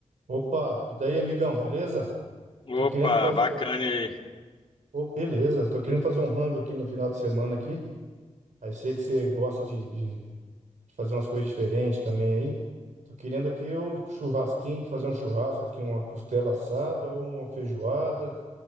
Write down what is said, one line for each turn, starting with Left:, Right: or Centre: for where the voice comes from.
Right: Opa, e daí, amigão, beleza? Tô
Left: Opa,
Right: querendo fazer
Left: bacana
Right: um rango
Left: aí.
Right: aqui. Ô, beleza, tô querendo fazer um rango aqui no final de semana aqui. Aí sei que você gosta de, de- de fazer umas coisas diferentes também aí. Tô querendo aqui o churrasquinho, que fazer um churrasco aqui, uma costela assada ou uma feijoada.